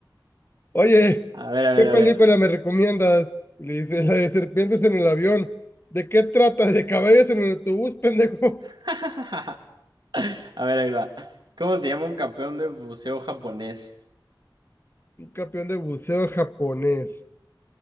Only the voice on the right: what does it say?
A ver, a
ver,
a ver.
<laughs> A ver, ahí va. ¿Cómo se llama un campeón de buceo japonés?